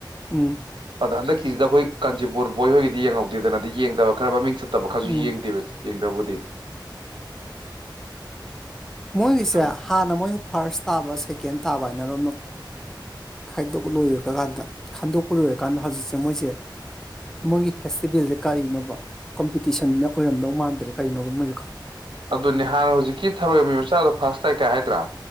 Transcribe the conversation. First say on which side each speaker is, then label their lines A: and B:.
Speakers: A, in the centre; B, on the right.
A: ꯎꯝ
B: ꯑꯗ ꯍꯟꯛꯀꯤꯁꯤꯗ ꯑꯈꯣꯏ ꯀꯥꯟꯆꯤꯄꯨꯔ ꯕꯣꯏ ꯍꯣꯏꯗꯤ ꯌꯦꯡꯍꯧꯗꯦꯗꯅ ꯑꯗꫭ ꯌꯦꯡꯗꯕ ꯈꯔ ꯃꯃꯤꯡ ꯆꯠ ꯇꯕ ꯈꯔꯁꯨ
A: ꯎꯝ
B: ꯌꯦꯡꯗꯦꯕ ꯌꯦꯡꯗꯕꯨꯗꯤ
A: ꯃꯣꯏꯒꯤꯁꯦ
B: ꯑꯩ ꯈꯪꯗꯦ
A: ꯍꯥꯟꯅ ꯃꯣꯏꯅ ꯐꯥꯔꯁ ꯇꯥꯕ ꯁꯦꯀꯦꯟ ꯇꯥꯕ ꯍꯥꯏ ꯅꯔꯣꯟ ꯈꯥꯏꯗꯣꯛ ꯂꯣꯏꯔꯀꯥꯟꯗ ꯈꯥꯏꯗꯣꯛꯄ ꯂꯣꯏꯔꯀꯥꯟꯗ ꯍꯧꯖꯤꯛꯁꯦ ꯃꯣꯏꯁꯦ ꯃꯣꯏꯒꯤ ꯐꯦꯁꯇꯤꯚꯦꯜꯁꯦ ꯀꯔꯤꯅꯣꯕ ꯀꯣꯝꯄꯤꯇꯤꯁꯟꯗ ꯑꯣꯏꯔꯝꯗꯧ ꯃꯥꯟꯗ꯭ꯔꯦ ꯀꯔꯤꯅꯣꯕ ꯃꯣꯏ
B: ꯑꯗꯨꯅꯤ ꯍꯥꯟꯅ ꯍꯧꯖꯤꯛꯀꯤ ꯊꯥꯔꯣꯏꯃꯤ ꯥꯗ ꯐꯥꯥꯁꯁ ꯇꯥꯏ ꯀꯥꯏ ꯍꯥꯏꯗ꯭ꯔꯥ